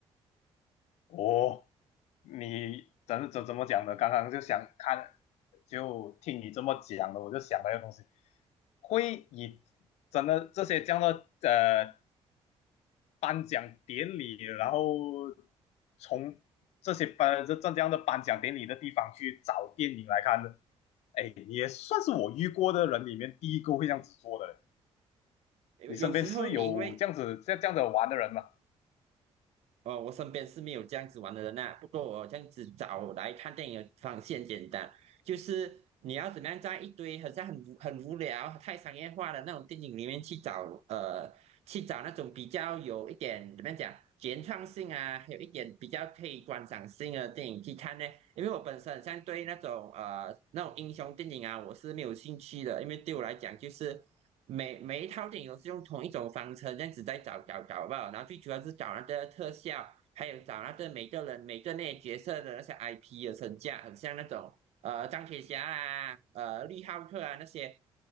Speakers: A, on the left; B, on the right.
A: 哦，你怎怎怎么讲呢？刚刚就想看，就听你这么讲的，我就想到一个东西，会以真的这些这样的呃颁奖典礼，然后从这些颁这这样的颁奖典礼的地方去找电影来看的。哎，你也算是我遇过的人里面第一个会这样子做的。
B: 有有时候你因为
A: 你身边是有这样子这样这样子玩的人吗？
B: 哦，我身边是没有这样子玩的人呐、不过我这样子找来看电影的方式很简单，就是你要怎么样在一堆好像很无很无聊、太商业化的那种电影里面去找，呃，去找那种比较有一点怎么样讲原创性啊，还有一点比较可以观赏性的电影去看呢？因为我本身好像对那种呃那种英雄电影啊，我是没有兴趣的，因为对我来讲就是。每每一套电影都是用同一种方程这样子在找找找吧，然后最主要是找那个特效，还有找那个每个人每个那些角色的那些 IP 的身价，很像那种呃钢铁侠啊、呃利浩克啊那些，